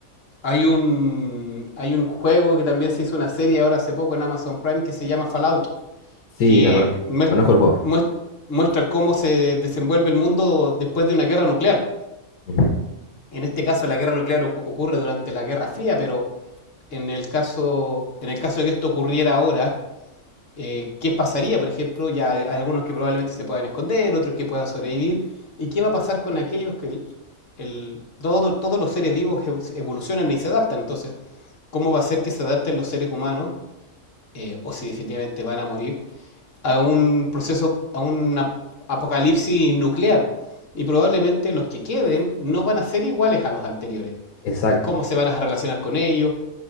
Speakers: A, on the left; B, on the left.
A: hay un, hay un juego que también se hizo una serie ahora hace poco en Amazon Prime que se llama Fallout,
B: Sí,
A: que
B: la conozco.
A: muest-
B: Conozco el juego.
A: muest- muestra cómo se desenvuelve el mundo después de una guerra nuclear.
B: Ujú.
A: En este caso la guerra nuclear ocu- ocurre durante la Guerra Fría, pero en el caso, en el caso de que esto ocurriera ahora, eh, qué pasaría, por ejemplo, ya hay algunos que probablemente se puedan esconder, otros que puedan sobrevivir, y qué va a pasar con aquellos que el, el- todo- todos los seres vivos evolucionan y se adaptan. Entonces, ¿cómo va a ser que se adapten los seres humanos, eh, o si definitivamente van a morir, a un proceso, a un ap- apocalipsis nuclear? Y probablemente los que queden no van a ser iguales a los anteriores.
B: Exacto.
A: ¿Y cómo se van a relacionar con ellos?